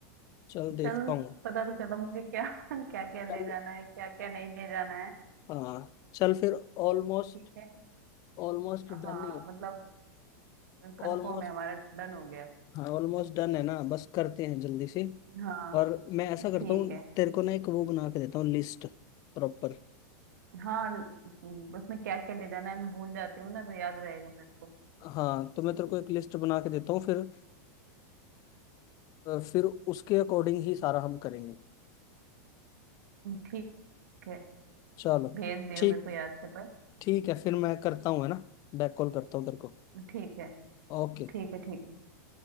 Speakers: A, on the left (about 40°); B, on the right (about 80°).
A: चल देखता
B: चल
A: हूँ
B: पता तो चला मुझे क्या <laughs> क्या क्या
A: चल
B: ले जाना है क्या क्या नहीं ले जाना है
A: हाँ चल फिर ऑलमोस्ट
B: ठीक है
A: ऑलमोस्ट
B: हाँ
A: डन ही है
B: मतलब कंफर्म
A: ऑलमोस्ट
B: है हमारा डन हो गया
A: हाँ ऑलमोस्ट डन है ना बस करते हैं जल्दी से
B: हाँ
A: और मैं ऐसा करता
B: ठीक
A: हूँ
B: है
A: तेरे को ना एक वो बना के देता हूँ लिस्ट प्रॉपर
B: हाँ ल- उसमें क्या क्या ले जाना है मैं भूल जाती हूँ ना तो याद रहेगा मेरे को
A: हाँ तो मैं तेरे को एक लिस्ट बना के देता हूँ फिर अ, फिर उसके अकॉर्डिंग ही सारा हम करेंगे
B: ठीक है
A: चलो
B: भेज दियो
A: ठीक
B: मेरे को याद से पर
A: ठीक है फिर मैं करता हूँ है ना बैक कॉल करता हूँ तेरे को
B: ठीक है
A: ओके
B: ठीक है ठीक है